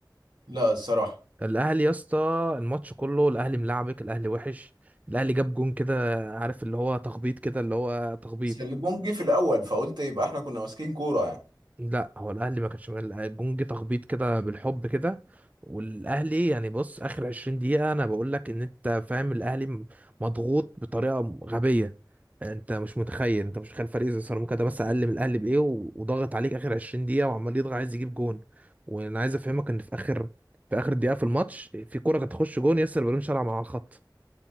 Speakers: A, on the right; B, on the right.
A: لا الصراحه
B: الاهلي يا اسطى الماتش كله الاهلي ملعبك الاهلي وحش الاهلي جاب جون كده عارف اللي هو تخبيط كده اللي هو تخبيط
A: بس الجون جه في الاول فقلت يبقى احنا كنا ماسكين كوره يعني
B: لا هو الاهلي ما كانش الجونج تخبيط كده بالحب كده والاهلي يعني بص اخر 20 دقيقه انا بقول لك ان انت فاهم الاهلي م- مضغوط بطريقه غبيه انت مش متخيل انت مش متخيل فريق زي سيراميكا ده بس اقل من الاهلي بايه و- وضغط عليك اخر 20 دقيقه وعمال يضغط عايز يجيب جون وانا عايز افهمك ان في اخر في اخر دقيقه في الماتش في كره كانت تخش جون ياسر بن شرع مع الخط